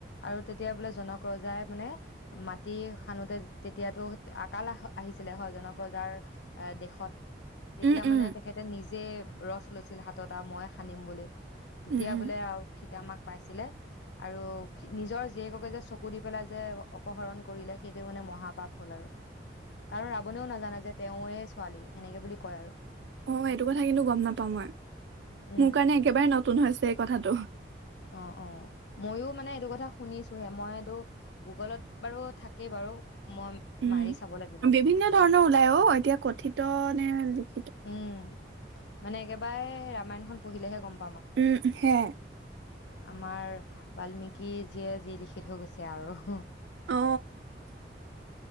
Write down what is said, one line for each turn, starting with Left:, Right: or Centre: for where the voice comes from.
Left: আৰু তেতিয়া বোলে জনক ৰজাই মানে মাটি খানোতে তেতিয়াতো আকাল আহিছিলে হয় জনক ৰজাৰ এ দেশত তেতিয়া
Right: উম উম
Left: মানে তেখেতে নিজে যে ৰথ লৈছিল হাতটা মই খানিম বুলি তেতিয়া
Right: উম উম
Left: বোলে আৰু আমাক পাইছিলে আৰু নিজৰ জীয়েককে যে চকু দি পেলাই যে অপহৰণ কৰিলে সেইটোৱে মানে মহাপাপ হ'ল আৰু কাৰণ ৰাৱণেও নাজানে যে তেওঁৱে ছোৱালী সেনেকে বুলি কয় আৰু
Right: অ এইটো কথা কিন্তু গম নাপাওঁ মই
Left: উম
Right: মোৰ কাৰণে একেবাৰে ন নতুন হৈছে এই কথাটো
Left: অ অ ময়ো মানে এইটো কথা শুনিছোহে মই এইটো গুগলত বাৰু থাকেই বাৰু মই
Right: উম
Left: মাৰি চাব লাগিব
Right: বিভিন্ন ধৰণৰ ওলাই অ এতিয়া কথিত মানে
Left: উম মানে একেবাৰে ৰামায়ণখন পঢ়িলেহে গম প
Right: উম হে
Left: আমাৰ বাল্মিকি যিয়ে যি লিখিত হৈ গৈছে আৰু
Right: অ